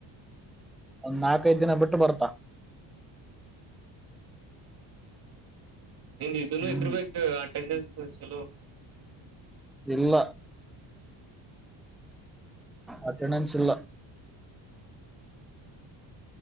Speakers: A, in the centre; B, on the right (about 55°).
A: ಒಂದ್ ನಾಕೈದು ದಿನ ಬಿಟ್ಟ ಬರ್ತಾ.
B: ನಿನ್ ಇದನ್ನು
A: ಹ್ಮ್
B: ಇದ್ರಬೇಕು ಅಟೆಂಡೆನ್ಸ್ ಚಲೋ
A: ಇಲ್ಲ ಅಟೆನೆನ್ಸ್ ಇಲ್ಲ.